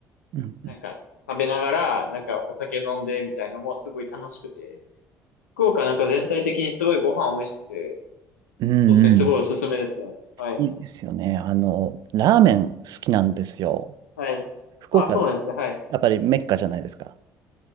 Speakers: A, on the right (about 60°); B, on the left (about 85°).
A: うんうん。
B: なんか食べながら、なんかお酒飲んでみたいのもすごい楽しくて、福岡なんか全体的にすごいご飯美味しくて、
A: うんうん。
B: そうですね、すごいおすすめですね。はい。
A: いいですよね。あの、ラーメン好きなんですよ。
B: はそうい。
A: 福岡、
B: あ、そうなんですね。はい。
A: やっぱりメッカじゃないですか。